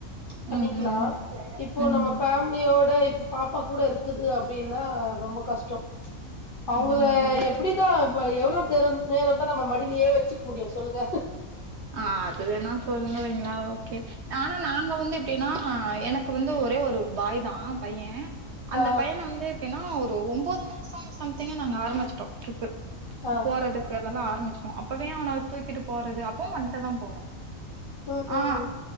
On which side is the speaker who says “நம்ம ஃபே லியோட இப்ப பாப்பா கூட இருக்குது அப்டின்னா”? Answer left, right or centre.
Left